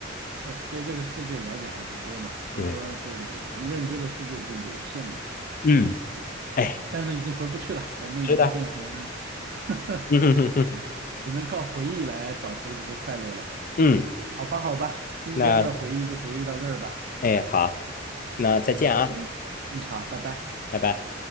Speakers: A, on the right; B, on the left.
A: 是对这个世界了解还不多嘛，所以说就认知的世界就有限嘛。
B: 对，嗯，哎，
A: 但是已经回不去了，我们已经变成
B: 是的，
A: <laughs>，
B: <laughs> 嗯嗯
A: 只能靠回忆来找回这些快乐了。
B: 嗯，
A: 好吧，好吧，今天的回忆就回忆到这儿吧。
B: 那哎好，那再见啊，
A: 嗯嗯嗯，好，拜拜。
B: 拜拜。